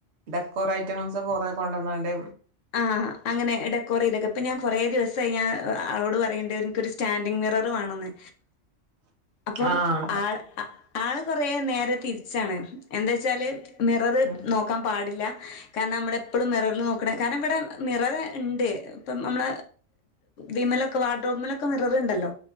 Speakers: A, on the right (about 65°); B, on the left (about 80°).
A: ഡെക്കോറേ ഐറ്റങ്ങൾസ് കൊറേ കൊണ്ടുവന്നണ്ട്
B: ആഹ്! അങ്ങനെ ഡെക്കോറെയ്ദക്ക ഇപ്പൊ ഞാൻ കൊറേ ദിവസം ആയി ഞാ ആളോട് പറയ്ണ്ട് എൻക്കൊരു സ്റ്റാൻഡിങ് മിറർ വാണന്ന് അപ്പം
A: ആഹ്
B: ആള് ആള് കൊറേ നേരെ തിര്ച്ചാണ് എന്തേച്ചാല് മിററ്
A: ഉം
B: നോക്കാൻ പാടില്ല കാരണം നമ്മളെപ്പളും മിററിൽ നോ <unintelligible> കാരണം ഇവടെ മിററ് ഇണ്ട് ഇപ്പം നമ്മൾ വിമലൊക്കെ വാട്ട്ർമലൊക്കെ മിററുണ്ടല്ലോ